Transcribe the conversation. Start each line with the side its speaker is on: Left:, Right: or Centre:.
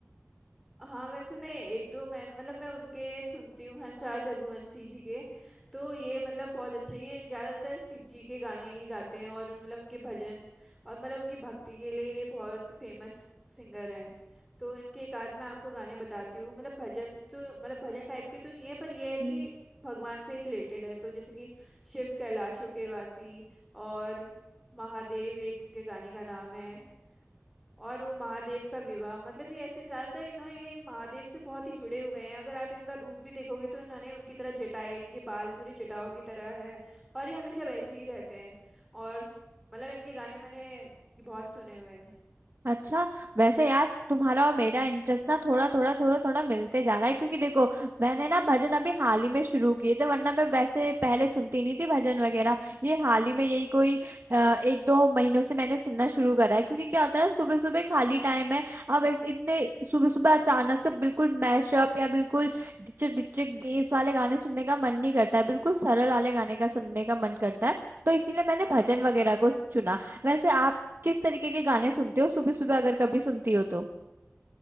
Centre: हाँ वैसे मैं एक दो मैं मतलब मैं उनके सुनती हूँ हंसराज रघुवंशी जी के तो ये मतलब बहुत अच्छे ये ज्यादातर शिव जी के गाने ही गाते हैं और उन- मतलब उनके भजन और मतलब उनकी भक्ति के लिए ये बहुत फेमस सिंगर हैं तो इनके एक आध मैं आपको गाने बताती हूँ मतलब भजन तो मतलब भजन टाइप के तो नहीं है पर ये है कि
Right: हम्म
Centre: भगवान से ही रिलेटेड है तो जैसे कि शिव कैलाशों के वासी और महादेव एक उनके गाने का नाम है और वो महादेव का विवाह मतलब ये ऐसे ज्यादातर इन्होंने ये महादेव से बहुत ही जुड़े हुए हैं अगर आप इनका रूप भी देखोगे तो इन्होंने उनकी तरह जटाएं इनके बाल पूरे जटाओं की तरह है और ये हमेशा वैसे ही रहते हैं और मतलब इनके गाने मैंने बहुत सुने हुए हैं
Right: अच्छा वैसे यार तुम्हारा और मेरा इंटरेस्ट ना थोड़ा थोड़ा थोड़ा थोड़ा मिलते जा रहा है क्योंकि देखो मैंने ना भजन अभी हाल ही में शुरू किए थे वरना मैं वैसे पहले सुनती नहीं थी भजन वगैरह ये हाल ही में यही कोई अ, एक दो महीनों से मैंने सुनना शुरू करा है क्योंकि क्या होता है सुबह सुबह खाली टाइम है अब इत- इतने सुबह सुबह अचानक से बिल्कुल मैशअप या बिल्कुल डिचक डिचक बेस वाले गाने सुनने का मन नहीं करता है बिल्कुल सरल वाले गाने का सुनने का मन करता है तो इसीलिए मैंने
Centre: हाँ
Right: भजन वगैरह को चुना वैसे आप किस तरीके के गाने सुनते हो सुबह सुबह अगर कभी सुनती हो तो